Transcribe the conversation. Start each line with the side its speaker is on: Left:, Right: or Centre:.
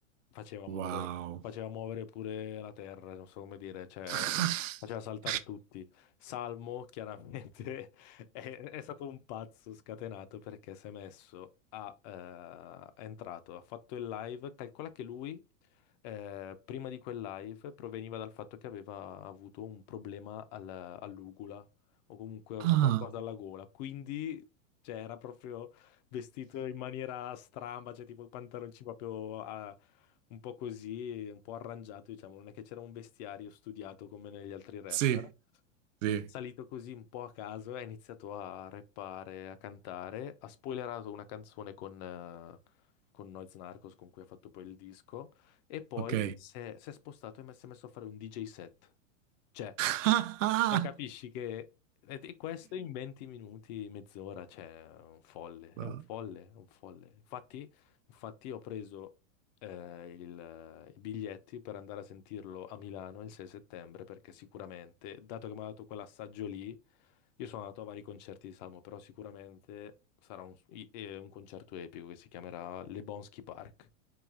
Left: faceva
Right: Wow.
Left: muovere, faceva muovere pure la terra, non so come dire, cioè
Right: <laughs>
Left: faceva saltare tutti. Salmo chiaramente <laughs> è, è stato un pazzo scatenato perché si è messo, a, eh, è entrato, ha fatto il live, calcola che lui eh, prima di quel live proveniva dal fatto che aveva avuto un problema al- all'ugula o comunque a
Right: Ah,
Left: qualcosa alla gola. Quindi, cioè, era proprio vestito in maniera stramba, cioè tipo i pantaloncini proprio a- un po' così, un po' arrangiato, diciamo. Non è che c'era un vestiario studiato come negli altri rapper.
Right: sì, sì,
Left: Salito così un po' a caso, ha iniziato a rappare, a cantare, ha spoilerato una canzone con, eh, con Noyz Narcos con cui ha fatto poi il disco e poi
Right: ok.
Left: si è, si è spostato e me- si è messo a fare un DJ set. Cioè,
Right: <laughs>
Left: cioè, capisci che e- e questo in 20 minuti, mezz'ora, cioè, è un folle,
Right: Wow.
Left: è un folle, è un folle. Infatti, infatti ho preso eh, il- i biglietti per andare a sentirlo a Milano il 6 settembre, perché sicuramente, dato che mi ha dato quell'assaggio lì, io sono andato a vari concerti di Salmo, però sicuramente sarà un, i- eh, un concerto epico che si chiamerà Le Bonsky Park.